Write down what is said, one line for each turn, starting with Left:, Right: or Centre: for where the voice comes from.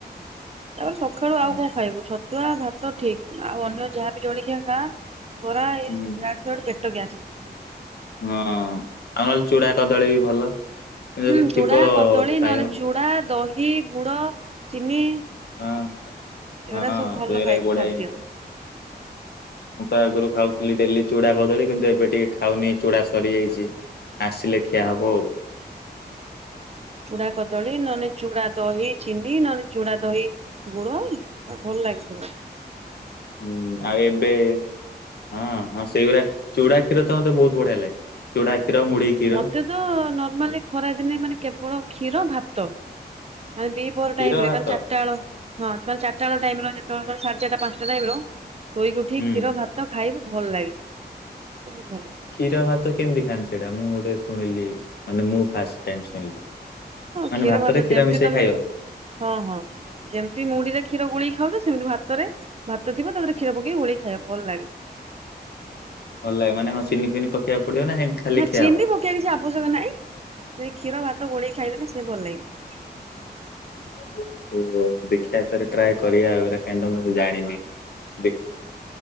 Right: ତାପରେ ସକାଳୁ ଆଉ
Left: ହଁ
Right: କଣ ଖାଇବୁ ଛତୁଆ ଭାତ ଠିକ ଆଉ ଅନ୍ୟ ଯାହାବି ଜଳିକିଆ ଖା ବରା ଇଏ
Left: ହୁଁ
Right: ଆଦୁସାଡୁ ପେଟ ଗ୍ୟାସ ହେଇଯାଏ।
Left: ହଁ ଆଉ ହେଲେ ଚୁଡା କଦଳୀ ବି ଭଲ। କିନ୍ତୁ ଯଦି
Right: ହୁଁ
Left: ଥିବ
Right: ଚୁଡା କଦଳୀ
Left: ଖାଇବ
Right: ନହଲେ ଚୁଡା ଦହି ଗୁଡ ଚିନି
Left: ହଁ ହଁ
Right: ଏଗୁରା ସବୁ ଭଲ
Left: ସେଇଟାବି
Right: ଖାଇ
Left: ବଢିୟା
Right: ଖାଦ୍ୟ।
Left: ଜିନିଷ। ମୁଁ ତ ଆଗରୁ ଖାଉଥିଲି ଡେଲି ଚୁଡା କ କିନ୍ତୁ ଏବେ ଟିକେ ଖାଉନି ଚୁଡା ସରିଯାଇଛି ଆସିଲେ ଖିଆ ହବ ଆଉ। ହ
Right: ଚୁଡା କଦଳୀ ନହେଲେ ଚୁଡା ଦହି ଚିନି ନହେଲେ ଚୁଡା ଦହି ଗଡ଼ମ ଆ ଭଲ ଲାଗିଥିବ।
Left: ହୁଁ ଆଉ ଏବେ ହଁ ହଁ ସେଇଗୁଡା ଚୁଡା ଖିର ତ ମୗତେ ବଢିଆ ଲାଗେ ଚୁଡା କ୍ଷୀର ମୁଢି କ୍ଷୀର
Right: ମତେ ତ ନର୍ମାଲି ଖରାଦିନେ ମାନେ କେବଳ କ୍ଷୀର ଭାତ ମାନେ ଦିପୋର
Left: କ୍ଷୀର
Right: ଟାଇମ
Left: ଭାତ
Right: ରେ ମାନେ ଚାରିଟା ହଳ ହଁମେ ଚାରିଟା ବେ ଟାଇମ ର ଯେତେବେଳେେ ଚଢି ଚାରଟା ପାଞ୍ଚଟା ଟାଇମ ର ଶୋଇକି ଉଠି
Left: ହୁଁ।
Right: କ୍ଷୀର ଭାତ ଖାଇବୁ ଭଲ ଲାଗେ। ବହୁତ ଭଲ ଲାଗେ
Left: କ୍ଷୀର ଭାତ କେମିତି ଖାଆନ୍ତି ସେଟା ମୁଁ ଗୋଟେ ଶୁଣିଲି ମାନେ ମୁଁ ଫାଷ୍ଟ ଟିମ୍ଏ ଏ ଶୁଣିଲି।
Right: ହଁ
Left: ମାନେ
Right: କ୍ଷୀର
Left: ଭାତରେ
Right: ଭାତ ଯେମତି
Left: ମିଶେଇ
Right: ତମେ
Left: ଖାଇବ
Right: ହଁ ହଁ ଯେମତି ମୁଡିରେ କ୍ଷୀର ଗୁଣେଇ ଖାଉଛ ସେମ ଭାତରେ ଭାତ ଥିବ ତାପରେ କ୍ଷୀର ପକେଇକି ଓୋଳେଇ ଖାଇବା ଭଲ ଲାଗେ।
Left: ଭଲ ଲାଗେ ମାନେ କଣ ସିନି ଫିନି ପକେଇବାକୁ ପଡିବ ନା ଏମିତି ଖାଲି
Right: ନା
Left: ଖିଆ
Right: ଚିନି
Left: ହବ?
Right: ପକେଇବା କିଛି ଆବଶ୍ୟକ ନାହିଁ ସେ କ୍ଷୀର ଭାତ ଗୋଳେଇକି ଖାଇଦେଲେ ସେ ଭଲ ଲାଗିବ।
Left: <inaudible> ଓ ହୋ ଦେଖିବା ଥରେ ଟ୍ରାଏ କରିବା କାହିଁ ମୁଁ ଜାଣିନି। ଦେଖ